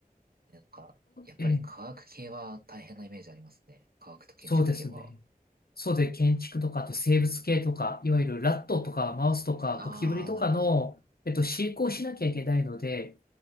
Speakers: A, on the right; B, on the left.
A: なんか、やっぱり科学系は大変なイメージありますね。
B: と、ええ
A: 科学と建築系は。
B: そうですね。そうで、建築とか、あと生物系とか、いわゆるラットとかマウスとかゴキブリとかの、
A: ああ、なるほど。
B: えっと、飼育をしなきゃいけないので、